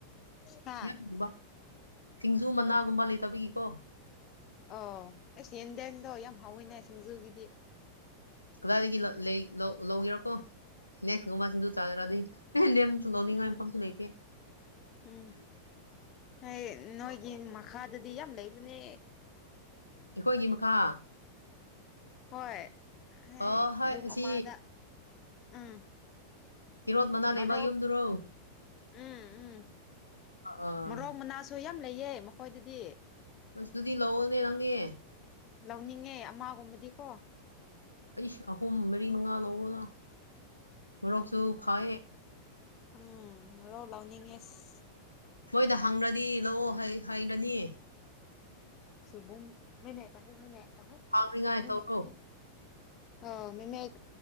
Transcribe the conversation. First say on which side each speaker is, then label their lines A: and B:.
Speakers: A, on the left; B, on the left.
A: ꯍꯥ
B: ꯌꯥꯝ ꯂꯨꯕ ꯁꯤꯡꯖꯨ ꯃꯅꯥꯒꯨꯝꯕ ꯂꯩꯇꯕꯒꯤꯀꯣ
A: ꯑꯣ ꯑꯩꯁ ꯌꯦꯟꯗꯦꯝꯗꯣ ꯌꯥꯝ ꯍꯥꯎꯋꯤꯅꯦ ꯁꯤꯡꯖꯨꯒꯤꯗꯤ
B: ꯀꯗꯥꯏꯗꯒꯤ ꯂ ꯂꯩ ꯂꯧ ꯂꯧꯒꯦꯔꯥ ꯀꯣ ꯅꯦꯛꯁꯀꯨꯝꯕ ꯁꯤꯡꯖꯨ ꯆꯥꯒꯔꯗꯤ ꯌꯦꯟꯗꯦꯝ ꯁꯨ ꯂꯧꯅꯤꯡꯉꯥꯏ
A: ꯎꯝ
B: ꯃꯐꯝꯁꯨ ꯂꯩꯇꯦ꯫
A: ꯎꯝ ꯍꯩ ꯅꯣꯏꯒꯤ ꯃꯈꯥꯗꯗꯤ ꯌꯥꯝ ꯂꯩꯕꯅꯦ꯫
B: ꯑꯩꯈꯣꯏꯒꯤ ꯃꯈꯥ
A: ꯍꯣꯏ ꯍꯣꯏ
B: ꯑꯣ
A: ꯌꯨꯝ
B: ꯑꯁꯤ
A: ꯑꯃꯥꯗ ꯎꯝ
B: ꯀꯤꯔꯣꯠ ꯃꯅꯥ ꯂꯩꯕ
A: ꯃꯔꯣꯛ
B: ꯌꯨꯝꯗꯨꯔꯣ
A: ꯎꯝ ꯎꯝ
B: ꯑꯥ
A: ꯃꯔꯣꯛ ꯃꯅꯥꯁꯨ ꯌꯥꯝ ꯂꯩꯌꯦ ꯃꯈꯣꯏꯗꯗꯤ
B: ꯑꯁ ꯑꯗꯨꯗꯤ ꯂꯧꯑꯣꯅꯦ ꯅꯪꯒꯤ
A: ꯂꯧꯅꯤꯡꯉꯦ ꯑꯃꯒꯨꯝꯕꯗꯤꯀꯣ
B: ꯑꯩꯁ ꯑꯍꯨꯝ ꯃꯔꯤ ꯃꯉꯥ ꯂꯧꯔꯣꯗ ꯃꯣꯔꯣꯛꯁꯨ ꯐꯥꯌꯦ
A: ꯎꯝ ꯃꯣꯔꯣꯛ ꯂꯧꯅꯤꯡꯉꯦ ꯑꯁ
B: ꯃꯣꯏꯗ ꯍꯪꯔꯗꯤ ꯂꯧꯑꯣ ꯍꯥꯏ ꯍꯥꯏꯒꯅꯤ
A: ꯁꯣꯏꯕꯨꯝ <unintelligible>
B: ꯍꯥꯡꯅꯤꯉꯥꯏ <inaudible>
A: ꯑꯥ ꯃꯤꯅꯠ